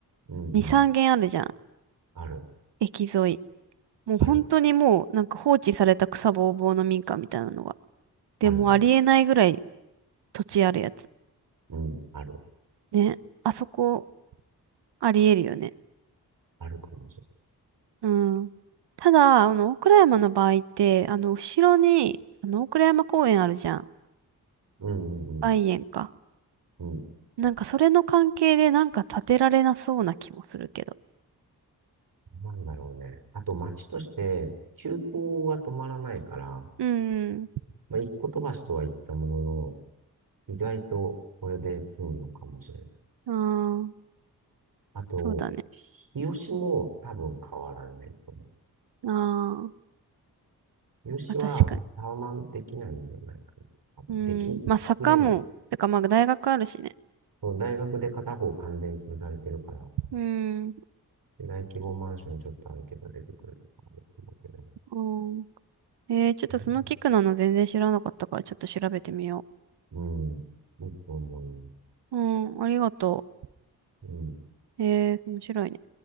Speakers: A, on the right (about 55°); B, on the right (about 85°).
A: うん、うん。
B: 2、3軒あるじゃん。
A: ある、
B: 駅沿い。もう本当にもう、
A: ある、
B: なんか放置された草ぼうぼうの民家みたいなのが。でもうありえないぐらい
A: あるね。
B: 土地あるやつ。
A: うん、ある、
B: ね。あそこ、ありえるよね。
A: あるかもしれ
B: うん。ただ、あの、大倉山の場合って、あの、後ろに、あの、大倉山公園あるじゃん。
A: ない。うん、うん、
B: 梅園か。
A: うん。うん、
B: なんかそれの関係でなんか建てられなそうな気もするけど。
A: なんだろうね。あと街として、急行が止まらないから、
B: うん。
A: まあ、一個飛ばしとは言ったものの、意外とこれで済むのかもしれない。
B: ああ、
A: あと、
B: そうだね。
A: 日吉も多分変わらないと思
B: あー
A: う。日吉はタワマンできないんじゃないかな。
B: まあ、確かに。
A: 多分でき、
B: うん。まあ坂も、
A: 作れない。
B: てかまあ大学あるしね。
A: その大学で片方完全に潰されてるから、
B: うん。
A: 大規模マンションちょっとあるけど出てくるとかあるうけど。
B: うん。えー、ちょっとそのキックなの全然知らなかったからちょっと調べてみよ
A: うんうん。もっと思いま
B: う。うん、ありがと
A: す。うん。
B: う。えー、面白いね。